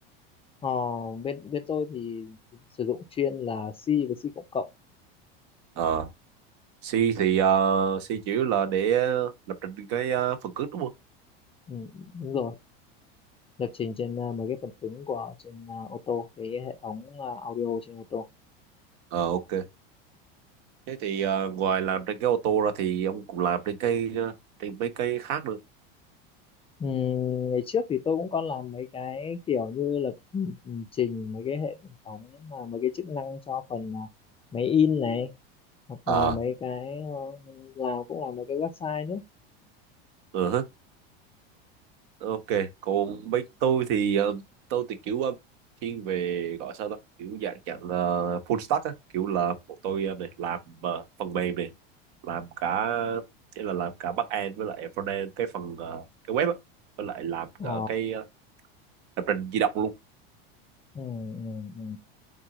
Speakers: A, on the left (about 20°); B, on the right (about 65°).
A: Ờ, bên bên tôi thì sử dụng chuyên là C với C cộng cộng
B: ờ C thì ờ, C chủ yếu là để lập trình cái ờ, phần cứng đúng không
A: ừ, đúng rồi lập trình trên ờ, mấy cái phần cứng của trên ờ, ô tô cái hệ thống ờ, audio trên ô tô
B: ờ ok thế thì ờ, ngoài làm trên cái ô tô ra thì ông cũng làm trên cái ờ, trên mấy cái khác nữa
A: Ừm, ngày trước thì tôi cũng có làm mấy cái kiểu như lập trình mấy cái hệ thống mà mấy cái chức năng cho phần ờ, máy in này hoặc
B: ờ
A: là mấy cái ờ, làm cũng là mấy cái website nữa
B: uh ok còn bên tôi thì ờ, tôi thì kiểu ờ, thiên về gọi sao đó kiểu dạng dạng là full stack á kiểu là bọn tôi ờ, này làm ờ, phần mềm này làm cả nghĩa là làm cả back end với lại front end cái phần ờ, cái web á với lại làm
A: ờ
B: cả cái ờ, lập trình di động luôn
A: ừ, ừ, ừ.